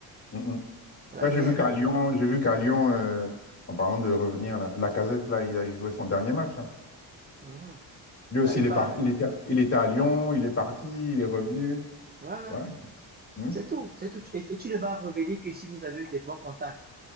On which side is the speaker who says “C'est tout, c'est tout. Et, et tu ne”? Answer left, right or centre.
Right